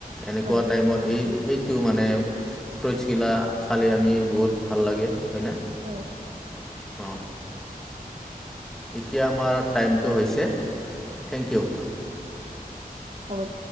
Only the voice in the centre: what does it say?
এনেকোৱা
টাইমত এই সেইটো মানে ফ্ৰুইটছগিলা খালে আমি বহুত ভাল লাগে হয়নে
অ এতিয়া আমাৰ টাইমটো হৈছে থেংক ইউ